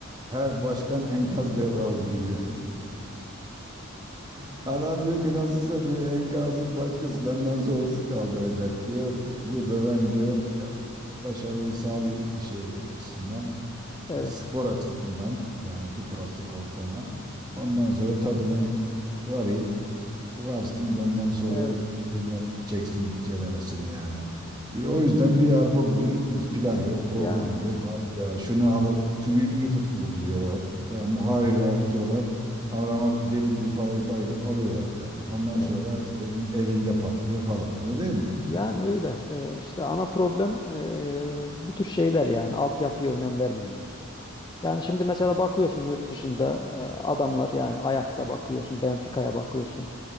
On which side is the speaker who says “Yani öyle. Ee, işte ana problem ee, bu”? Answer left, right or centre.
Left